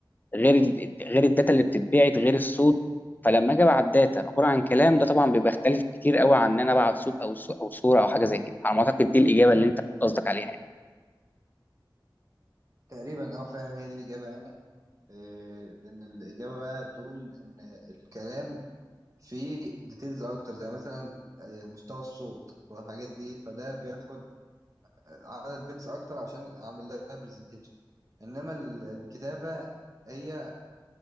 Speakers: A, on the left; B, on the right.
A: غير ال- غير الداتا اللي بتتبعت غير الصوت فلما اجي ابعت داتا عباره عن كلام ده طبعا بيبقى اختلف كتير قوي عن ان انا ابعت صوت او صو- او صوره او حاجه زي كده على ما اعتقد دي الاجابه اللي انت قصدك عليها يعني.
B: تقريبا اه فعلا هي دي الإجابة يعني آه، إن الإجابة بقى بتقول إن الكلام فيه ديتيلز أكتر زي مثلا آه، مستوى الصوت والحاجات دي فده بياخد آه، عدد بيتس أكتر عشان أعمل لها برزنتيشن إنما ال- الكتابة هي